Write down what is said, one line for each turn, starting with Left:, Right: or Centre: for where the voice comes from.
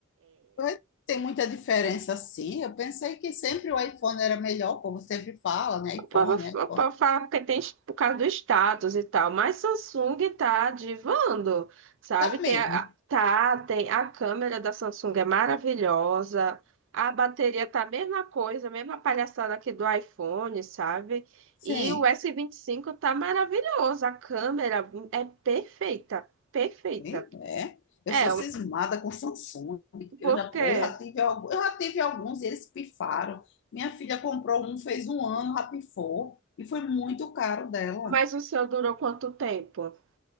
Left: Vai- Tem muita diferença, sim. Eu pensei que sempre o iPhone era melhor, o povo sempre fala, né?
Right: O
Left: iPhone,
Right: povo, o
Left: iPhone.
Right: povo fala que tem es- por causa do status e tal, mas Samsung tá divando, sabe?
Left: Tá
Right: Tem
Left: mesmo.
Right: a, a- tá, tem a câmera da Samsung é maravilhosa, a bateria tá a mesma coisa, a mesma palhaçada aqui do iPhone, sabe?
Left: Sim.
Right: E o S25 tá maravilhoso, a câmera é perfeita, perfeita.
Left: Ih, É. Eu
Right: É,
Left: sou cismada com Samsung. Eu
Right: porque,
Left: já, eu já tive, algu- eu já tive alguns e eles pifaram. Minha filha comprou um, fez um ano, rapifou. E foi muito caro dela.
Right: mas o seu durou quanto tempo?